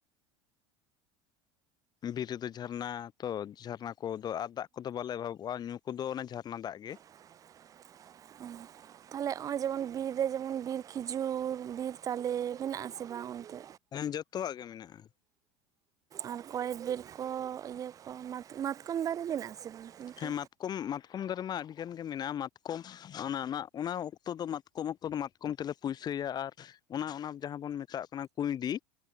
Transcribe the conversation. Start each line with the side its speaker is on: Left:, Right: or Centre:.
Left: ᱵᱤᱨ ᱨᱮᱫᱚ ᱡᱷᱟᱨᱱᱟ ᱛᱚ ᱡᱷᱟᱨᱱᱟ ᱠᱚᱫᱚ ᱟᱨ ᱫᱟᱜ ᱠᱚᱫᱚ ᱵᱟᱞᱮ ᱚᱵᱷᱟᱵᱚᱜᱼᱟ ᱧᱩ ᱠᱚᱫᱚ ᱚᱱᱮ ᱡᱷᱟᱨᱱᱟ ᱫᱟᱜ ᱜᱮ᱾
Right: <unintelligible> ᱱᱚᱜᱼᱚᱭ ᱡᱮᱢᱚᱱ ᱵᱤᱨ ᱨᱮ ᱡᱮᱢᱚᱱ ᱵᱤᱨ ᱠᱷᱤᱡᱩᱨ ᱵᱤᱨ ᱛᱟᱞᱮ ᱢᱮᱱᱟᱜ ᱟᱥᱮ ᱵᱟᱝ ᱚᱱᱛᱮ᱾
Left: ᱦᱮᱸ ᱡᱚᱛᱚᱣᱟᱜ ᱜᱮ ᱢᱮᱱᱟᱜᱼᱟ᱾
Right: ᱟᱨ ᱠᱚᱭᱮᱠ ᱵᱤᱨ ᱠᱚ ᱤᱭᱟᱹ ᱠᱚ ᱢᱟᱛᱠᱚᱢ ᱫᱟᱨᱮ ᱢᱮᱱᱟᱜ ᱟᱥᱮ ᱵᱟᱝ ᱚᱱᱛᱮ᱾
Left: ᱦᱮᱸ ᱢᱟᱛᱠᱚᱢ ᱢᱟᱛᱠᱚᱢ ᱫᱟᱨᱮ ᱢᱟ ᱟᱹᱰᱤ ᱜᱟᱱ ᱜᱮ ᱢᱮᱱᱟᱜᱼᱟ ᱢᱟᱛᱠᱚᱢ ᱚᱱᱟ ᱚᱱᱟ ᱚᱱᱟ ᱚᱠᱛᱚ ᱫᱚ ᱢᱟᱛᱚᱢ᱾ ᱠᱚᱢ ᱚᱠᱛᱚᱢ ᱚᱠᱛᱚ ᱫᱚ ᱢᱟᱛᱠᱚᱢ ᱛᱮᱞᱮ ᱯᱩᱭᱥᱟᱹᱭᱟ ᱟᱨ ᱚᱱᱟ ᱚᱱᱟ ᱡᱟᱦᱟᱸ ᱵᱚᱱ ᱢᱮᱛᱟᱜ ᱠᱟᱱᱟ ᱠᱩᱸᱭᱰᱤ᱾